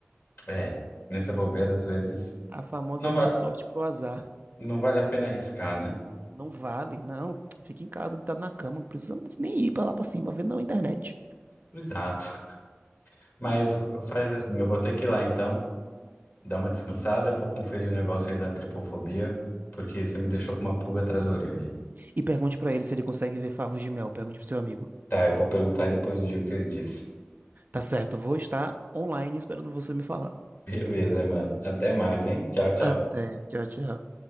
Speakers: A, on the left; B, on the right.
A: É, nessa bobeira, às vezes,
B: A famosa
A: não
B: dar
A: vai,
B: sorte pro azar.
A: não vale a pena arriscar, né?
B: Não vale, não. Fica em casa, deitado na cama. Não precisa nem ir pra lá pra cima, vê na internet.
A: Exato. <laughs> Mas faz assim, eu vou ter que ir lá então, dar uma descansada, vou conferir o negócio aí da tripofobia, porque você me deixou com uma pulga atrás da orelha.
B: E pergunte pra ele se ele consegue ver favos de mel. Pergunte pro seu amigo.
A: Tá, eu vou perguntar e depois eu digo o que ele disse.
B: Tá certo, vou estar online esperando você me falar.
A: <laughs> Beleza, mano. Até mais, hein? Tchau, tchau.
B: Até, tchau, tchau.